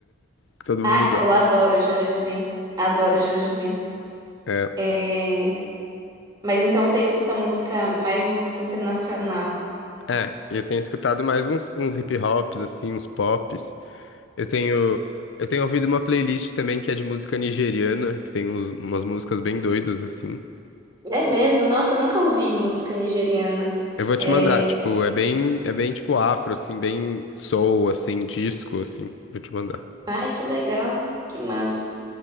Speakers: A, on the left (about 85°); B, on the right (about 20°).
A: que todo
B: Ah,
A: mundo gosta.
B: eu adoro Jorge Ben. Adoro Jorge Ben.
A: É,
B: É... Mas então você escuta música, mais música internacional.
A: é, eu tenho escutado mais uns, uns hip hops, assim, uns pops. Eu tenho, eu tenho ouvido uma playlist também que é de música nigeriana, que tem uns- umas músicas bem doidas, assim.
B: É mesmo? Nossa, eu nunca ouvi música nigeriana.
A: Eu vou te
B: É...
A: mandar, tipo, é bem, é bem tipo afro, assim, bem soul, assim, disco, assim. Vou te mandar.
B: Ai, que legal. Que massa.